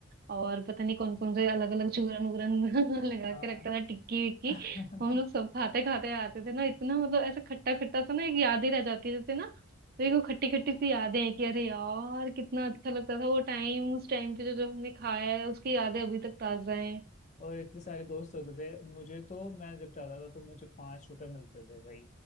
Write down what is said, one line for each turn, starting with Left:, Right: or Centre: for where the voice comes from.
Right: और पता नहीं कौन कौन से अलग अलग चूरन वूरन <laughs> लगा
Left: हाँ
Right: के रखता था टिक्की विक्की
Left: <laughs>
Right: हम लोग सब खाते खाते आते थे ना इतना मतलब ऐसा खट्टा खट्टा सा ना एक याद ही रह जाती है जैसे ना देखो
Left: बिल्कुल।
Right: खट्टी खट्टी सी यादें हैं कि अरे यार कितना अच्छा लगता था वो टाइम उस टाइम पे जो जो हमने खाया है उसकी यादें अभी तक ताजा हैं
Left: और इतने सारे दोस्त होते थे मुझे तो मैं जब जाता था तो मुझे पाँच रुपए मिलते थे भाई